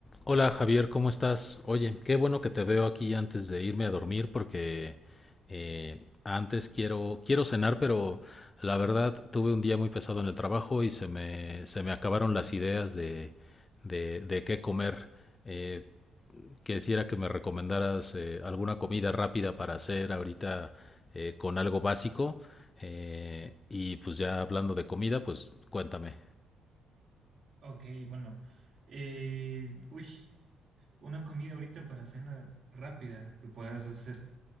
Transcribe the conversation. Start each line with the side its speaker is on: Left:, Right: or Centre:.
Left: Hola Javier, ¿cómo estás? Oye, qué bueno que te veo aquí antes de irme a dormir porque eh, antes quiero, quiero cenar, pero la verdad tuve un día muy pesado en el trabajo y se me, se me acabaron las ideas de, de, de qué comer. Eh, quisiera que me recomendaras eh, alguna comida rápida para hacer ahorita eh, con algo básico. Eh, y pues ya hablando de comida, pues cuéntame.
Right: Ok, bueno. Eh, uy, una comida ahorita para cena rápida que puedas hacer.